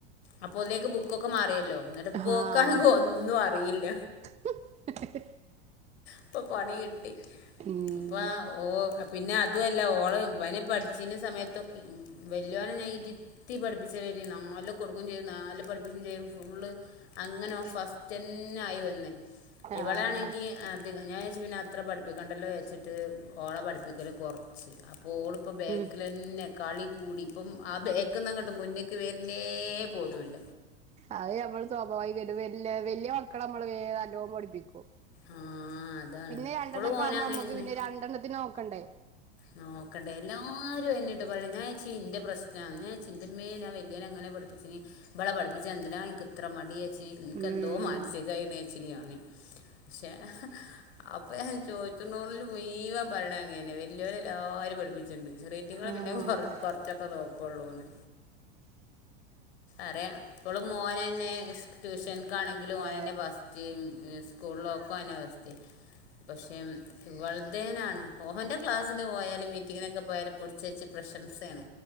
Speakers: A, on the left; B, on the right.
A: അപ്പൊ ഒന്നേക്കെ ബുക്കൊക്കെ മാറിയല്ലോ എന്നിട്ടപ്പക്കാണെക്ക്
B: ആഹ്
A: ഒന്നും അറിയില്ല
B: <inaudible>
A: ഇപ്പൊ പണി കിട്ടി
B: ഉം
A: ഇപ്പ ഓ പിന്നെ അതും അല്ല ഓള് വനെ പഠിച്ച് സമയത്ത വല്ല <inaudible> ഇരുത്തി പഠിപ്പിച്ചനി നാല് കൊടുക്കയും ചെയ്യും നാല് പഠിപ്പ് ചെയ്യും ഫുള്ള് അങ്ങനെ ഫസ്റ്റ് പിന്നായി വന്ന് ഇവളാണെങ്കിൽ
B: ആഹ്
A: അത് ഞാൻ പിന്നെച്ച അത്ര പഠിപ്പിക്കണ്ടല്ലോ വിചാരിച്ചിട്ട് ഓളെ പഠിപ്പിക്കല് കൊറ ശരി അപ്പൊ ഓളിപ്പോ ബേക്കിൽ
B: ഉം
A: തന്നെ കളി കൂടി ഇപ്പം <unintelligible> മുന്നേക്ക് വരുന്നേ പോലുല്ല
B: അത് നമ്മള് സ്വാഭാവികായിട്ടും വല്യ വല്യ മക്കളെ നമ്മള് വേഗം നല്ല പോലെ പഠിപ്പിക്കും
A: ആഹ് അതാണ്
B: പിന്നെ രണ്ടെണ്ണക്കവുമ്പോൾ
A: ഇപ്പളും ഓന് അങ്ങനെ
B: അമ്മക്ക്
A: തന്നെ
B: പിന്നെ രണ്ടെണ്ണത്തിനെ നോക്കണ്ടേ
A: നോക്കണ്ടേ എല്ലാരും എന്നിട്ട് പറയണ് ഞാൻ എൻ്റെ പ്രശ്നം <unintelligible> ആന്ന്. ഞാൻ <unintelligible> എന്റമ്മേ ഞാൻ വല്യോന അങ്ങനെ ഇവളെ പഠപ്പിച്ചിനാ എന്തിനാ ഇക്ക് ഇത്ര മടി എനിക്കന്തോ
B: ഉം
A: മാനസികമായി ഇനേച്ചിനാണ് പക്ഷെ അപ്പൊ ഞാൻ ചോദിച്ചോല് മുഴുവാൻ പറയണ അങ്ങനെ വലിയ വരെ എല്ലാവരും പഠിപ്പിച്ചിട്ടുണ്ട് റേറ്റങ്ങളെ
B: ആഹ്
A: പിന്നെ കൊറച്ചൊക്കെ നോക്കുള്ളൂന്ന് അറിയാം ഇപ്പളും മോനെന്നേ ട്യൂഷന്ക്കാണെങ്കിലും
B: ഏ
A: ഓനന്നേ ഫസ്റ്റ് സ്കൂളിലോക്കും ഓനാ ഫസ്റ്റ് പക്ഷെ ഇവളതേനാണ് ഓന്റെ ക്ലാസ്സിന് പോയാലും മീറ്റിംങിനോക്കെ പോയാലും പിടിച്ചു വെച്ച് പ്രശംസയാണ്